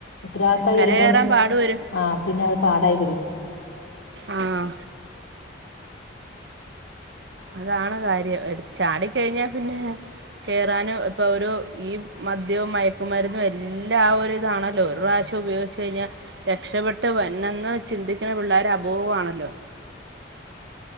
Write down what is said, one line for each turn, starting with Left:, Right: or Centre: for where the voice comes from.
Left: ഉത്തരവാദിത്തം
Right: കരകയറാൻ
Left: വരുമ്പം
Right: പാടു വരും
Left: ആഹ് പിന്നെ അത് പാടായി വരും.
Right: ആഹ് അതാണ് കാര്യം ചാടി കഴിഞ്ഞാ പിന്നെ കേറാനും ഇപ്പൊ ഒരു ഈ മദ്യവും മയക്കുമരുന്നും എല്ലാം ആ ഒരു ഇതാണല്ലോ ഒരു പ്രാവശ്യം <unintelligible> ഉപയോഗിച്ചു കഴിഞ്ഞാ രക്ഷപ്പെട്ട് വരണെന്ന് ചിന്തിക്കണ പിള്ളേര് അപൂർവം ആണല്ലോ